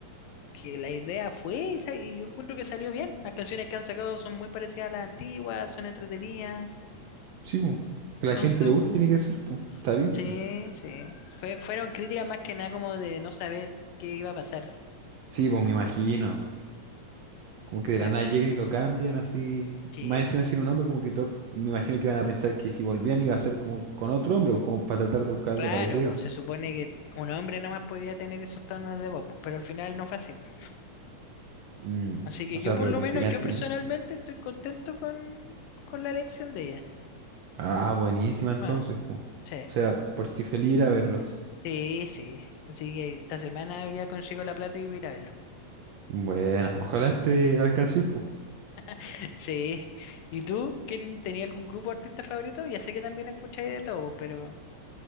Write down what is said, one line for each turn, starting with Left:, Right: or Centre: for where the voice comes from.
Left: que la idea fue esa y yo encuentro que salió bien. Las canciones que han sacado son muy parecidas a las antiguas, son entretenidas.
Right: Sí, pues. Que a la
Left: Entonces,
Right: gente le guste
Left: mm,
Right: tiene que ser, pues. Está bien.
Left: sí, sí. Fue, fueron críticas más que nada como de no saber qué iba a pasar.
Right: Sí, pues me imagino. Como que de
Left: Eh,
Right: la nada llegan y lo cambian así.
Left: Sí,
Right: Más encima
Left: po.
Right: sin un hombre, como que todos me imagino que iban a pensar que si volvían iba a ser como con otro hombre, o como para tratar de buscar
Left: claro,
Right: algo parecido.
Left: pues se supone que un hombre nomás podría tener esos tonos de voz, pues, pero al final no fue así. pues.
Right: Mm,
Left: Así que
Right: o sea,
Left: yo por
Right: pero
Left: lo
Right: con
Left: menos,
Right: que gaste
Left: yo personalmente
Right: bien.
Left: estoy contento con, con la elección de ella.
Right: Ah, buenísima entonces,
Left: Ah,
Right: po.
Left: sí,
Right: O sea, por ti feliz ir a verlos.
Left: sí, sí. Así que esta semana ya consigo la plata y voy a ir a verlo.
Right: Bueno, ojalá este alcances, po.
Left: <laughs> Sí. ¿Y tú? ¿Quién tenía algún grupo de artista favorito? Ya sé que también escucháis de todo, pero...